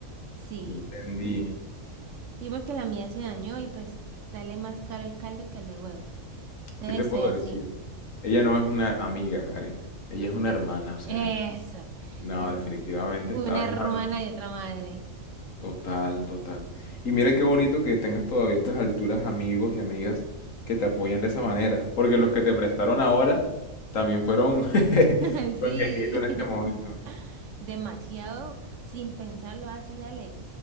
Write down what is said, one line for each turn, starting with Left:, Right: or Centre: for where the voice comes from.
Right: sí.
Left: Ya Entendí.
Right: Sí, porque la mía se dañó y pues sale más caro el caldo que los huevos. Entonces
Left: ¿Qué te puedo
Right: soy así.
Left: decir? Ella no es una amiga, Karen. Ella es una hermana, o sea.
Right: Eso.
Left: No,
Right: Es
Left: definitivamente
Right: una
Left: estabas
Right: hermana
Left: es hablando.
Right: y otra madre.
Left: Total, total. Y mira qué bonito que tengas todavía a estas alturas amigos y amigas que te apoyan de esa manera. Porque los que te prestaron ahora también fueron <laughs>
Right: <laughs> Sí.
Left: tu angelito en este momento.
Right: Demasiado sin pensarlo así, dale.